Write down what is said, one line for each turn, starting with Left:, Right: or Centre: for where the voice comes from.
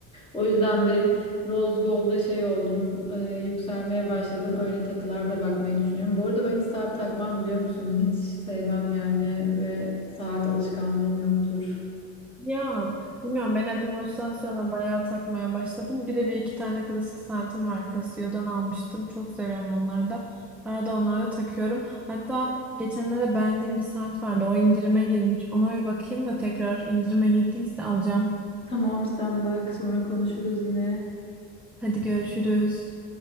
Left: O yüzden bir Rose Gold'a şey oldum. e, yükselmeye başladım. Öyle takılarda bakmayı düşünüyorum. Bu arada ben hiç saat takmam biliyor musun? Hiç sevmem yani ve saat alışkanlığım yoktur.
Centre: Ya bilmiyorum ben Apple Watch'tan sonra bayağı takmaya başladım. Bir de bir iki tane klasik saatim var Casio'dan almıştım. Çok seviyorum onları da. Arada onları da takıyorum. Hatta geçenlerde beğendiğim bir saat vardı. O indirime girmiş. Ona bir bakayım da tekrar indirime girdiyse alacağım.
Left: Tamam sen bak sonra konuşuruz yine.
Centre: Hadi görüşürüz.